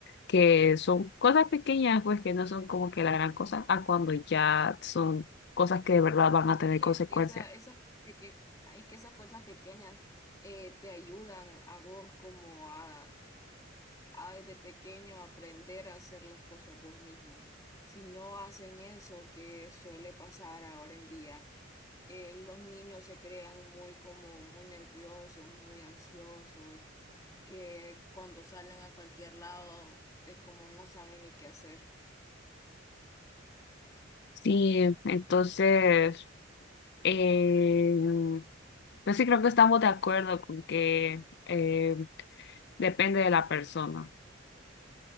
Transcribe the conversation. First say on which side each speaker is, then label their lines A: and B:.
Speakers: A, on the left; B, on the left.
A: que son cosas pequeñas, pues que no son como que la gran cosa, a cuando ya son cosas que de verdad van a tener
B: Sí,
A: consecuencias.
B: es que esa, esas peque- es que esas cosas pequeñas eh, te ayudan a vos como a hay de pequeño aprender a hacer las cosas vos mismo. Si no hacen eso que suele pasar ahora en día, eh, los niños se crean muy como muy nerviosos, muy ansiosos, que cuando salen a cualquier lado es como no saben ni qué hacer.
A: Sí, entonces, eh, Pero sí creo que estamos de acuerdo con que eh, depende de la persona.